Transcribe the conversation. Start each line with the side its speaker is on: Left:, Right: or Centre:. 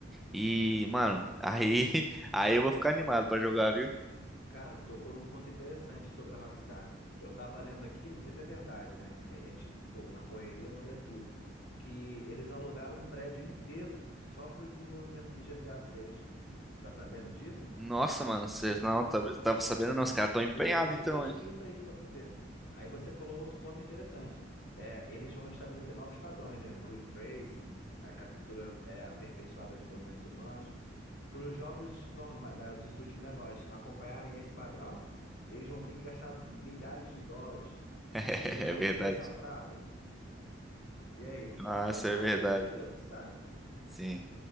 Centre: E, mano, aí, <laughs> aí eu vou ficar animado pra jogar, viu?
Left: Cara, tu tocou num ponto interessante sobre a Rockstar. Eu tava lendo aqui, não sei se é verdade, né? Que a gente, pô, na correria não lê tudo. Que eles alugaram um prédio inteiro só pro desenvolvimento do GTA VI. Tu tá sabendo disso, mano?
Centre: Nossa, mano, você não tá- tava sabendo não, os caras tão empenhados
Left: Depois
Centre: então,
Left: tu pesquisa
Centre: hein?
Left: aí pra tu ver. Aí você falou um outro ponto interessante. É, eles vão estabelecer novos padrões, né? Retracing, a captura é, aperfeiçoada de movimentos humanos. Para os jogos normais, os estúdios menores acompanharem esse padrão, eles vão ter que gastar milhares de dólares.
Centre: <laughs>
Left: Eles
Centre: É
Left: vão
Centre: verdade.
Left: ter essa prata? E aí?
Centre: Nossa,
Left: A Rockstar
Centre: é verdade.
Left: tem dinheiro, tu sabe?
Centre: Sim.